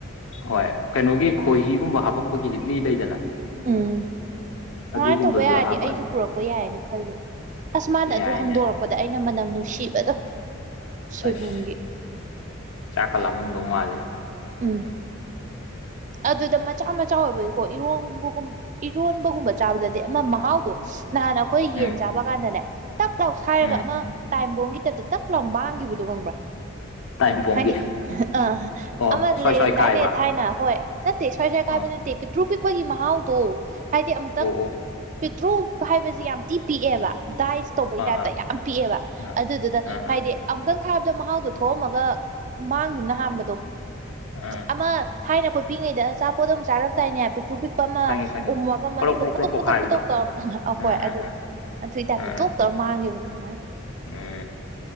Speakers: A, on the left; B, on the right.
A: ꯍꯣꯏ ꯀꯩꯅꯣꯒꯤ ꯈꯣꯏꯍꯤꯒꯨꯝꯕ ꯍꯥꯞꯄꯛꯄꯒꯤ ꯂꯤꯛꯂꯤ ꯂꯩꯗꯅ
B: ꯎꯝ ꯀꯃꯥꯏꯅ
A: ꯑꯗꯨꯒꯨꯝꯕꯗꯨꯗ
B: ꯇꯧꯕ ꯌꯥꯔꯗꯤ
A: ꯍꯥꯞꯄ
B: ꯑꯩꯁꯨ ꯄꯨꯔꯛꯄ ꯌꯥꯏꯌꯦꯅ ꯈꯜꯂꯤ ꯑꯁ ꯃꯥꯅ ꯑꯗꯨ
A: ꯌꯥꯏꯅꯦ
B: ꯍꯥꯡꯗꯣꯔꯛ ꯄꯣꯛꯄꯗ ꯑꯩꯅ ꯃꯅꯝ ꯅꯨꯡꯁꯤꯕꯗꯣ ꯁꯣꯏꯕꯨꯝꯒꯤ
A: ꯑꯁ ꯆꯥꯛ ꯀ ꯂꯝꯃꯝꯗꯧ ꯃꯥꯂꯦ
B: ꯎꯝ ꯑꯗꯨꯗ ꯃꯆꯥ ꯃꯆꯥ ꯑꯣꯏꯕꯒꯤꯀꯣ ꯏꯔꯣꯡꯕꯒꯨꯝ ꯏꯔꯣꯟꯕꯒꯨꯝꯕ ꯆꯥꯕꯗꯗꯤ ꯑꯃ ꯃꯍꯥꯎꯗꯣ ꯅꯍꯥꯟꯅ ꯑꯩꯈꯣꯏ ꯌꯦꯟ
A: ꯎꯝ
B: ꯆꯥꯕ ꯀꯥꯟꯗꯅꯦ ꯇꯛ ꯂꯥꯎ ꯁꯥꯏꯔꯒ
A: ꯎꯝ
B: ꯑꯃ ꯇꯥꯏꯕꯣꯝꯒꯤ ꯇꯥꯏꯞꯇ ꯇꯛ ꯂꯥꯎ ꯃꯥꯡꯈꯤꯕꯗ ꯗꯨ ꯈꯪꯕ꯭ꯔꯥ
A: ꯇꯥꯏꯝꯄꯣꯡꯒꯤ
B: ꯍꯥꯏꯗꯤ ꯑ
A: ꯑꯣ
B: ꯑꯃ
A: ꯁ꯭ꯋꯥꯏ
B: ꯂꯩꯔꯝꯗꯥꯏꯅꯦ
A: ꯁ꯭ꯋꯥꯏ ꯀꯥꯏꯕ
B: ꯊꯥꯏꯅ ꯍꯣꯏ ꯅꯠꯇꯦ ꯁ꯭ꯋꯥꯏ ꯁ꯭ꯋꯥꯏ
A: ꯑꯥ
B: ꯀꯥꯏꯕ ꯅꯠꯇꯦ ꯄꯤꯛꯇ꯭ꯔꯨ ꯄꯤꯛꯄꯒꯤ ꯃꯍꯥꯎꯗꯣ ꯍꯥꯏꯗꯤ ꯑꯃꯨꯛꯇꯪ
A: ꯑꯣ ꯑꯣ
B: ꯄꯦꯇ꯭ꯔꯣꯜ ꯍꯥꯏꯕꯁꯤ ꯌꯥꯝ ꯊꯤ ꯄꯤꯛꯑꯦꯕ ꯗꯥꯏꯁ ꯇꯧꯕꯩ
A: ꯑꯥ
B: ꯇꯥꯏꯞꯇ
A: ꯑꯥ
B: ꯌꯥꯝ ꯄꯤꯛꯑꯦꯕ
A: ꯑꯥ
B: ꯑꯗꯨꯗꯨꯗ
A: ꯑꯥ
B: ꯍꯥꯏꯗꯤ
A: ꯑꯥ
B: ꯑꯃꯨꯛꯇꯪ ꯊꯥꯕꯗ ꯃꯍꯥꯎꯗꯣ ꯊꯣꯛꯑꯝꯃꯒ ꯃꯥꯡꯒꯤꯕꯅ ꯍꯥꯟꯕꯗꯣ
A: ꯑꯥ
B: ꯑꯃ ꯊꯥꯏꯅ ꯈꯣꯏ ꯄꯤꯛꯏꯉꯩꯗ ꯑꯆꯥꯄꯣꯠ ꯑꯃ ꯆꯥꯔꯝꯗꯥꯏꯅꯦ ꯄꯤꯛꯇ꯭ꯔꯨ ꯄꯤ ꯑꯃ
A: ꯈꯪꯉꯦ ꯈꯪꯉꯦ
B: ꯎꯝꯃꯒ ꯃꯅꯨꯡꯗ
A: ꯄꯣꯔꯣꯛ ꯄꯣꯔꯣꯛ
B: ꯄꯨꯠꯇꯣꯛ
A: ꯄꯣꯔꯣꯛ ꯄꯣꯛꯈꯥꯏꯕꯗꯣ
B: ꯄꯨꯠꯇꯣꯛ ꯄꯨꯠꯇꯣꯛ ꯇꯧꯔ ꯐ ꯑꯩꯈꯣꯏ
A: ꯑꯥ
B: ꯑꯗꯨ
A: ꯑꯥ ꯑꯥ
B: ꯑꯗꯨꯏ
A: ꯑꯥ
B: ꯇꯥꯏꯞꯇꯨ ꯇꯣ ꯑ ꯃꯥꯡꯒꯤꯕꯅꯦ ꯑꯃꯥꯏꯅ
A: ꯎꯝ